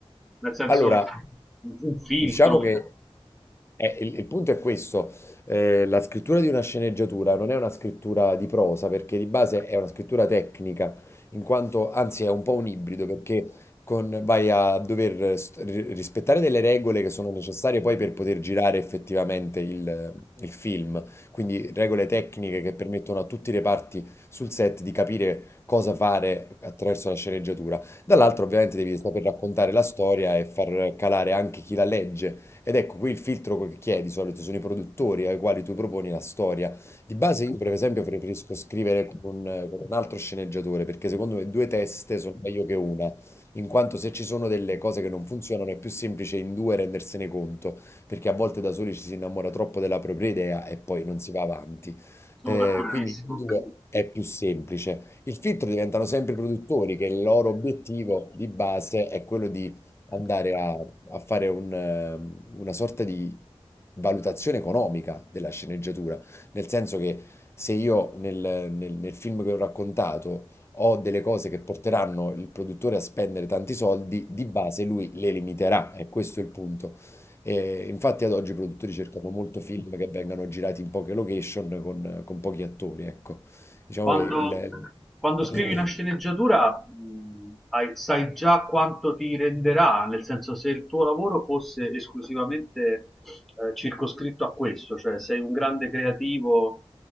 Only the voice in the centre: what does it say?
Nel senso,
un un filtro,
sono
d'accordissimo.
Quando,
quando
scrivi una sceneggiatura, mh, hai- sai già quanto ti renderà, nel senso se il tuo lavoro fosse esclusivamente eh, circoscritto a questo, cioè sei un grande creativo